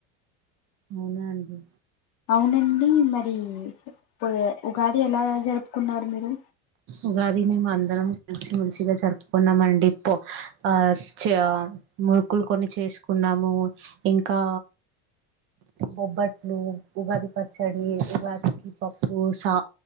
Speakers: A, on the right (about 40°); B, on the left (about 55°).
A: అవునా అండి
B: అవునండి మరి ఇ ప్పో ఉగాది ఎలా జరుపుకున్నారు మీరు
A: ఉగాది మేము అందరం కలిసి మంచి గా జరుపుకున్నామ అండి ప్పో ఆ చే ఆ మురుకులు కొన్ని చేసుకున్నాము ఇంకా బొబ్బట్లు ఉగాది పచ్చడి ఉగాదికి పప్పు సా